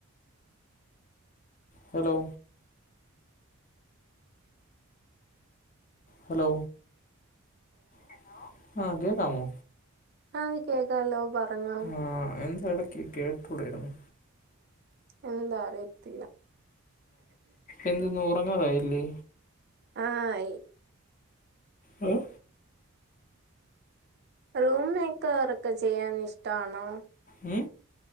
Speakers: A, on the left (about 35°); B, on the right (about 45°).
A: ഹലോ ഹലോ ഹലോ ആ കേക്കാമോ
B: ആഹ് കേക്കാലോ പറഞ്ഞോ
A: ആഹ് എന്താ ഇടക്ക് കേട്ടൂടായിരുന്നു
B: എന്താ അറിയത്തില്ല
A: എന്ത്ന്ന് ഉറങ്ങാറായില്ലേ
B: ആഹ് ആയി
A: മം
B: റൂം മേക്കാറൊക്കെ ചെയ്യാൻ ഇഷ്ടണോ
A: ഉം